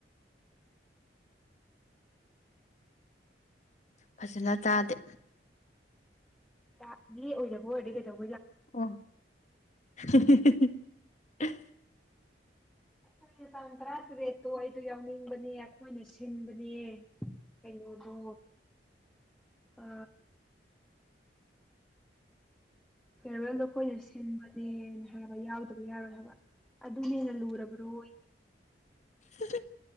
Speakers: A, on the left; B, in the centre.
A: ꯐꯖꯅ ꯇꯥꯗꯦ
B: ꯂꯥꯛ ꯂꯦꯛꯑꯣꯏꯗꯕ ꯑꯣꯏꯔꯗꯤ ꯀꯦꯗꯧ
A: ꯑꯣ ꯍꯤ ꯍꯤ ꯍꯤ ꯍꯤ ꯍꯥ
B: ꯑꯩꯅ ꯇꯥꯡ ꯇꯔꯥꯇꯔꯦꯠꯇꯣ ꯑꯩꯗꯣ ꯌꯥꯎꯅꯤꯡꯕꯅꯦ ꯑꯩꯈꯣꯏꯅ ꯁꯤꯟꯕꯅꯦ ꯀꯩꯅꯣꯗꯣ ꯑ ꯐꯦꯔꯋꯦꯜꯗꯣ ꯈꯣꯏꯅ ꯁꯤꯟꯕ ꯗꯦꯅ ꯍꯥꯏꯕ ꯌꯥꯎꯗꯕ ꯌꯥꯎꯔꯣꯏ ꯍꯥꯏꯕ ꯑꯗꯨꯅ ꯍꯦꯟꯅ ꯂꯨꯔꯕ꯭ꯔꯣꯌꯦ
A: ꯍ ꯍ